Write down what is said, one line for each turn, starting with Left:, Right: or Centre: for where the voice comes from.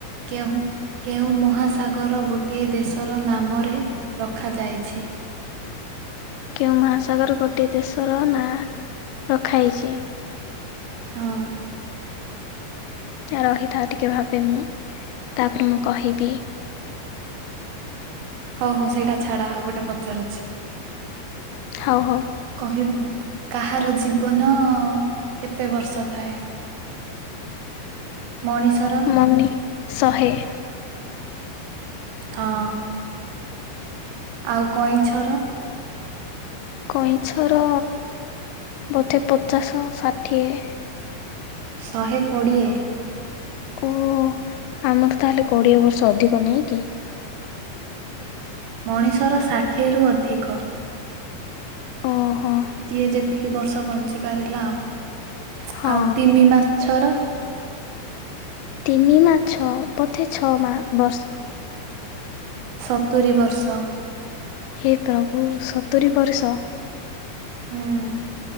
Right: କେହୁଁ କେଉଁ ମହାସାଗର ଗୋଟିଏ ଦେଶର ନାମରେ ରଖାଯାଇଛି?
Left: କେଉଁ ମହାସାଗର ଗୋଟେ ଦେଶର ନାଁ ରଖା ହେଇଛି?
Right: ହଁ।
Left: ରହିଥା ଟିକେ ଭାବେ ମୁଁ ତାପରେ ମୁଁ କହିବି।
Right: ହଉ ହଉ ସେଇଟା ଛାଡ ଆଉ ଗୋଟେ ପଚାରୁଛି।
Left: ହଉ ହଉ।
Right: କହିବୁ କାହାର ଜୀବନ କେତେ ବର୍ଷ ଥାଏ? ମଣିଷର
Left: ମନି ଶହେ।
Right: ହଁ। ଆଉ କଇଁଛର?
Left: କଇଁଛର ବଧେ ପଚାଶ ଷାଠିଏ।
Right: ଶହେ କୋଡ଼ିଏ।
Left: ଓ ଆମର ତାହେଲେ କୋଡିଏ ବର୍ଷ ଅଧିକ ନାଇଁ କି?
Right: ମଣିଷର ଷାଠିଏରୁୁ ଅଧିକ।
Left: ଓହୋ
Right: ଯିଏ ଯେତିକି ବର୍ଷ ବଞ୍ଚି ପାରିଲା ଆଉ
Left: ହଁ
Right: ଆଉ ତିନି ମା ଛର।
Left: ତିମି ମାଛ ବୋଧେ ଛଅ ମା ବର୍ଷ।
Right: ସତୁୁରୀ ବର୍ଷ।
Left: ହେ ପ୍ରଭୁ ସତୁୁରି ବର୍ଷ।
Right: ହୁଁ।